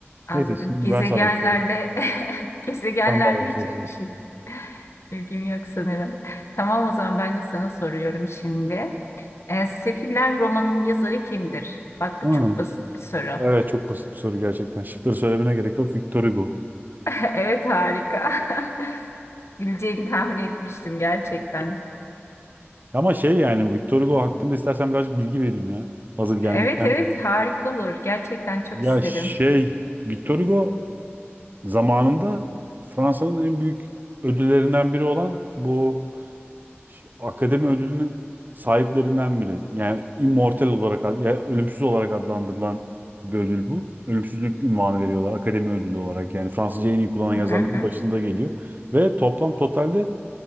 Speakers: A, on the left; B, on the right.
A: Anladım.
B: Neyse şimdi
A: Gezegenlerle
B: ben sana bir soru.
A: <laughs> gezegenlerle
B: Sen bana bir
A: hiç
B: soru sor.
A: şey bilgim yok sanırım. Tamam o zaman ben de sana soruyorum şimdi. Ee, Sefiller romanının yazarı kimdir? Bak bu
B: Hmm.
A: çok basit bir soru.
B: Evet çok basit bir soru gerçekten. Şıkları söylemene gerek yok. Victor Hugo.
A: <laughs> Evet harika. <laughs> Bileceğini tahmin etmiştim gerçekten.
B: Ama şey yani Victor Hugo hakkında istersen birazcık bilgi vereyim ya. Hazır gelmişken.
A: Evet evet harika olur. Gerçekten çok
B: Ya
A: isterim.
B: şey Victor Hugo zamanında Fransa'nın en büyük ödüllerinden biri olan bu ş- akademi ödülünün sahiplerinden biri. Yani immortal olarak ad- ya ölümsüz olarak adlandırılan bir ödül bu. Ölümsüzlük ünvanı veriyorlar akademi ödülü olarak. Yani Fransızca en iyi kullanan yazarların
A: Hı hı.
B: başında geliyor. Ve toplam totalde